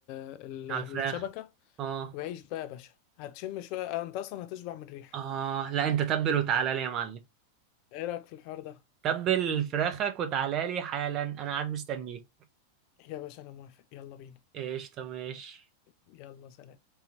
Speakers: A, on the left; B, on the right.
A: ال...
B: على
A: الشبكة
B: الفراخ اه
A: وعيش بقى يا باشا هتشم شوية آه، انت اصلا هتشبع من الريحة
B: اه لا انت تبل وتعالى لي يا معلم
A: ايه رأيك في الحوار ده
B: تبل فراخك وتعالى لي حالا انا قاعد مستنيك
A: يا باشا انا موافق يلا بينا
B: قشطة ماشي
A: يلا سلام